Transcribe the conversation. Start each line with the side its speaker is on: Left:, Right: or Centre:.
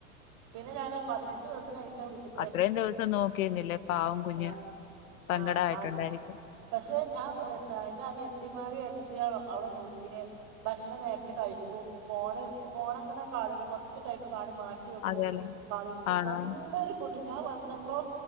Right: പിന്നെ ഞാന് പതിനഞ്ച് ദിവസം കഴിഞ്ഞിട്ടാ വീട്ട്ക്ക് വര്ണേ
Left: അത്രയും ദിവസം നോക്കി നിന്നില്ലേ പാവം കുഞ്ഞ്.
Right: ആഹ്
Left: സങ്കടായിട്ടുണ്ടായിരിക്കും.
Right: ആഹ് ആഹ് പക്ഷെ ഞാൻ എത്ത ന്റെ അനിയത്തിമ്മാരും ഏട്ടത്തിയ അവളെ നോക്കീനെ. ഭക്ഷണം നേരത്തെ കഴിക്കും ഫോണ് ഫോണങ്ങനെ കാണില്ല കൊറ്ച്ച് ടൈം കാണും മാറ്റി. റ്റിവെക്കും
Left: അതെല്ലേ
Right: കളിക്കും
Left: ആണോ
Right: നല്ലരു. കുട്ടി ഞാൻ വന്നപ്പോ